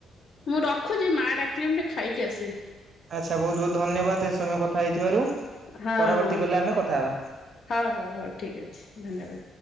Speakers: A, on the left; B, on the right.
A: ମୁଁ ରଖୁଛି ମା ଡାକିଲେ ମୁଁ ଟିକେ ଖାଇକି ଆସେ।
B: ଆଚ୍ଛା ବହୁତ ବହୁତ ଧନ୍ୟବାଦ ଏ ସମୟ କଥା ହେଇଥିବାରୁ,
A: ହଁ
B: ପରବର୍ତ୍ତୀ
A: ହଁ
B: କଲେ ଆମେ କଥା ହେବା।
A: ହଉ ହଉ ହଉ ଠିକ୍ ଅଛି ଧନ୍ୟବାଦ।